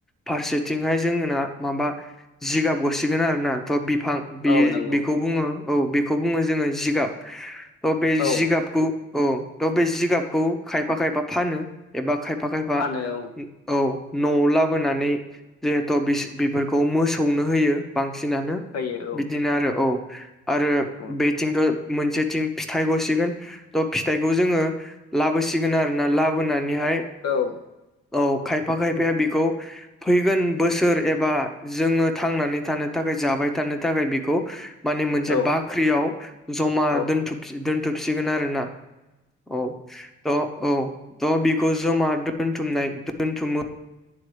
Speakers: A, in the centre; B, on the left (about 55°).
A: फारसेथिंहाय जोंना माबा जिगाब गसिगोन आरोना थ' बिफां बे
B: औ नंगौ
A: बेखौ बुङो औ बे खौ बुङो जोङो अ जिगाब बे
B: औ
A: जिगाबखौ औ द' बे जिगाबखौ खायफा खायफा फानो एबा खायफा खायफा
B: फानो औ
A: औ न'आव लाबोनानै जिहेथ बेफोरखौ मोसौनो होयो बांसिनानो
B: होयो
A: बिदिनो आरो औ आरो
B: औ
A: बेथिंथ' मोनसेथिं फिथाइ गसिगोन थ' फिथाइखौ जोङो लाबोसिगोन आरोना लाबोनानैहाय
B: औ
A: औ खायफा खायफाया बेखौ फैगोन बोसोर एब बा जोङो थांनानै थानो थाखाय जाबाय थानो थाखाय बेखौ माने मोनसे
B: औ
A: बाख्रियाव जमा
B: औ
A: दोनथुब दोनथुबसिगोन आरो ना औ थ' औ बेखौ जमा दोनथुमनाय दोनथुमो